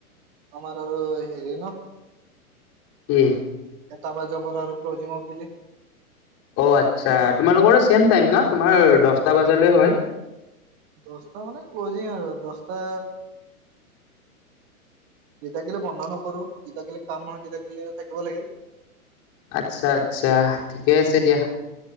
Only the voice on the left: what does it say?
কি?
অ', আচ্ছা, তোমালোকৰ চেম টাইম ন' তোমাৰ দশটা বাজালৈ হয়।
আচ্ছা, আচ্ছা, ঠিকে আছে দিয়া।